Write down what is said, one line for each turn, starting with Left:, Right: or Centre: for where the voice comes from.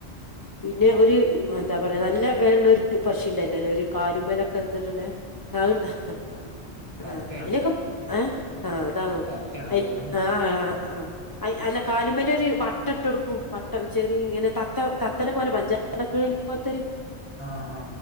Left: പിന്നെ ഒര് ഉം എന്താ പറയാ നല്ല വെലള്ള ഒരു പക്ഷിയുണ്ടല്ലോല്ലേ ഒരു കാലുമ്മേലൊക്കെത്ടണേ ആ തണ്ട് ഹ് ഹെ
Right: ആ തത്തയാണോ
Left: ആ അയിലൊക്കെ ആഏ ആഹ അതാണോ
Right: തത്തയാണോ
Left: അന്
Right: പറയുന്നേ
Left: ആ ആ ആ അല്ല കാലുലൊരു വട്ട ഇട്ടൊടുക്കും വട്ടം ചെറി ഇങ്ങനെ തത്ത തത്തനെ പോലെ പഞ്ച അടക്കളിനെ പോതൊരു
Right: ആഹ് ആഹ